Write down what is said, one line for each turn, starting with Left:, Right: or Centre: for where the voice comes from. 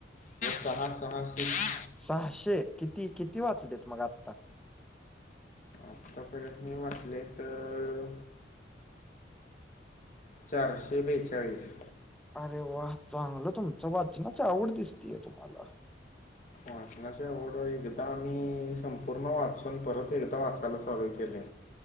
Left: सहा सहा स
Centre: सहाशे किती किती वाचलेत मग आत्ता.
Left: आत्तापर्यंत मी वाचले तर चारशे बेचाळीस
Centre: अरे वा चांगलं तुमचं वाचनाच आवड दिसतीय तुम्हाला
Left: वाचनाची आवड एकदा आम्ही संपूर्ण वाचून परत एकदा वाचायला चालू केले.